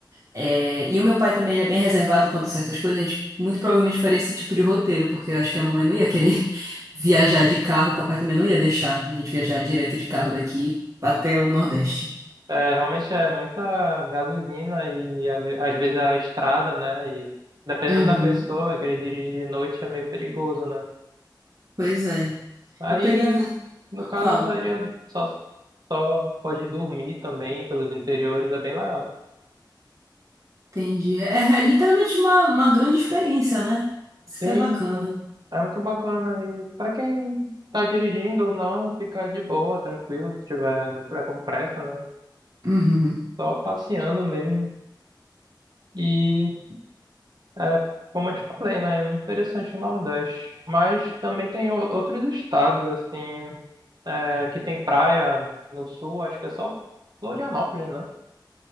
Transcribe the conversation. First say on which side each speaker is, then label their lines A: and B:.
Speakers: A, on the right; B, on the right.
A: É, e o meu pai também, ele é bem reservado quanto a certas coisas. A gente muito provavelmente faria esse tipo de roteiro, porque eu acho que a mamãe não ia querer <laughs> viajar de carro, o papai também não ia deixar a gente viajar direto de carro daqui até o Nordeste.
B: É, realmente é muita gasolina e a ve- às vezes a estrada, né? E dependendo
A: Uhum.
B: da pessoa, querer dirigir de noite é meio perigoso, né?
A: Pois é.
B: Aí,
A: Eu peguei a carta.
B: no caso,
A: Fala.
B: eu sairia só, só pode dormir também pelos interiores, é bem legal.
A: Entendi. É, é literalmente uma, uma grande experiência, né? Isso
B: Sim,
A: que é bacana.
B: sim. É muito bacana. E para quem tá dirigindo ou não, fica de boa, tranquilo, se tiver, não tiver com pressa, né?
A: Uhum.
B: Só passeando mesmo. E é, como eu te falei, né? É muito interessante o Nordeste. Mas também tem ou- outros estados, assim, é, que tem praia no sul, acho que é só Florianópolis, né?